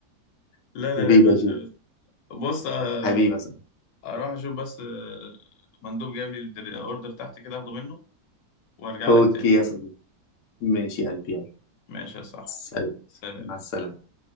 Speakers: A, on the left; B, on the left.
A: لا لا
B: حبيبي
A: لا يا باشا
B: يا جو
A: بس. بص آه،
B: حبيبي يا صاحبي
A: اروح اشوف بس آه، مندوب جايب لي الاوردر تحت كده اخده منه وارجع
B: اوكي
A: لك تاني
B: يا صديقي ماشي يا قلبي يلا
A: ماشي يا صاحبي
B: سلام
A: سلام
B: مع السلامه